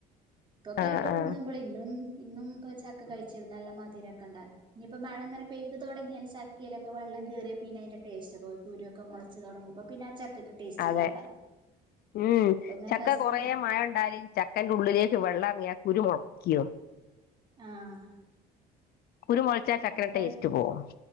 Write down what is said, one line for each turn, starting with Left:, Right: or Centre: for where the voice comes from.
Right: ഇപ്പൊ
Left: ആ
Right: കേട്ട്്പള
Left: ആ
Right: ഇന്നും ഇന്നും ഇപ്പൊ ചക്ക കഴിച്ചിരുന്നു നല്ല മതിരൊക്കെണ്ടാ ഇനിയിപ്പോൊ മഴ അങ്ങനെ പെയ്തു തുടങ്ങിയാ ചക്കിയിലൊക്കെ വെം കയറിയ പിന്നെ അതിന്റെടസ്റ്റ് ഒക്കെയി കുരുയ ഒക്കെ മുളച്ച്ങ്ങ തുടങ്ങുമ്പ പിന്നെ ആ ചക്കക്ക് ടേസ്റ്റ്
Left: അതെ
Right: ഇല്ലാണ്ടാവും
Left: ഉം
Right: ഇപ്പ ഇങ്ങനെ
Left: ചക്ക
Right: ഫസ്റ്റില്
Left: കൊറെേ മഴ ഉണ്ടാലും ചക്കന്റെ ഉള്ളിലേക്ക് വെള്ളം ഇറങ്ങിയ ഒരുരു മുടക്കിയോ
Right: ആഹ്
Left: കുരുമുളിച്ചാ ചക്ര
Right: അപ്പൊ
Left: ടേസ്റ്റ് പോവാ